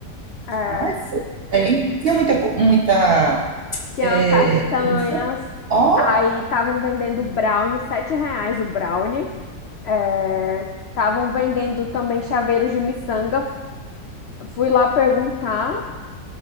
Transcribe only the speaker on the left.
É.
Tinha
castanhas.
Aí estavam vendendo brownie, 7 reais o brownie. É, Estavam vendendo também chaveiros de miçanga. Fui lá perguntar